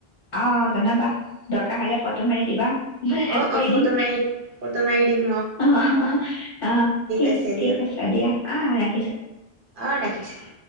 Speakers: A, on the left; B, on the right.
A: অ', জনাবা দৰকাৰ হ'লে ফটো মাৰি দিবা হেল্প
B: অ',
A: কৰি
B: অ', ফটো
A: দিম
B: মাৰি ফটো মাৰি দিম
A: অ', অ', ঠিক
B: আছে
A: ঠিক
B: দিয়ক
A: আছে দিয়া অ' ৰাখ
B: অ', ৰাখিছো